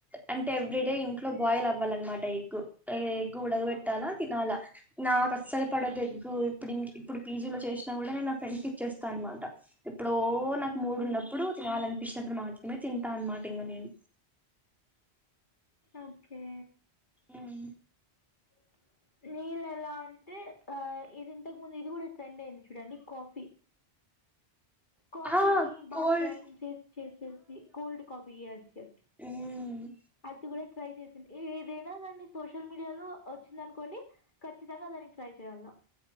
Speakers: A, in the centre; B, on the left.
A: అంటే ఎవ్రీ
B: మ్
A: డే ఇంట్లో బాయిలమ్ వ్వలన్ మాట ఎగ్గు ఎ ఎగ్గు ఉడగ పెట్టాలా
B: ఓకే
A: తినాల నాక్ అస్సల్ పడదు ఎగ్గు ఇప్పుడింకి ఇప్పుడు పీజీ లో చేష్ నా గుడా నేన్ నా ఫ్రెండ్స్ ఇచ్చేస్తా అన్ మాట ఎప్పుడో నాక్
B: మ్హూ
A: మూడున్నప్పుడు ఫిష్ అప్పుడు మాత్రమే తింటా అన్ మాట ఇంగ నేను
B: ఓకే
A: ఉమ్
B: <inaudible> నీల్ ఎలా అంటే ఆ ఇది ఇంతక్ ముందు ఇది కూడా ట్రెండ్ అయింది చూడండి కాఫీ కాఫీని
A: ఆ
B: బాగ్
A: కోల్డ్
B: గ్రైండ్ చేస్ చేసేసి కోల్డ్ కాఫీ ఎస్ ఎస్
A: హ్మ్
B: అద్దు గుడా ట్రై చేసింది ఏ ఏదైనా గాని సోషల్ మీడియాలో వచ్చింది అనుకోండి ఖచ్చితంగా ఆ కాని ట్రై చేయల్ నో